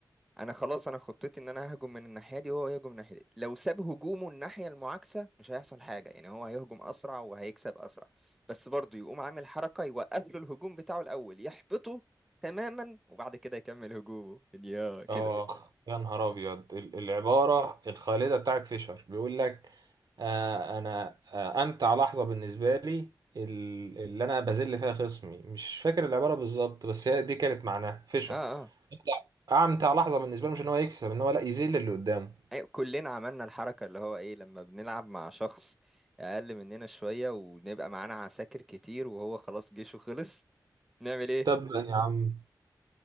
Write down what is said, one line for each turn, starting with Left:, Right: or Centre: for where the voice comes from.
Centre: انا خلاص انا خطتي ان انا ههجم من الناحيه دي وهو يهجم من الناحيه دي لو ساب هجومه الناحيه المعاكسه مش هيحصل حاجه يعني هو هيهجم اسرع وهيكسب اسرع بس برضه يقوم عامل حركه يوقف له الهجوم بتاعه الاول يحبطه تماما وبعد كده يكمل هجومه يا
Right: آخ
Centre: كده
Right: يا نهار أبيض ال- العبارة الخالدة بتاعت فيشر بيقول لك آه أنا آه أمتع لحظة بالنسبة لي ال- اللي أنا بذل فيها خصمي مش فاكر العبارة بالظبط بس هي دي كانت معناها فيشر
Centre: اه اه
Right: أمتع أمتع لحظة بالنسبة له مش إن هو يكسب إن هو لا يذل اللي قدامه
Centre: أيوة، كلنا عملنا الحركه اللي هو ايه لما بنلعب مع شخص اقل مننا شويه ونبقى معانا عساكر كتير وهو خلاص جيشه خلص نعمل ايه
Right: طب يا عم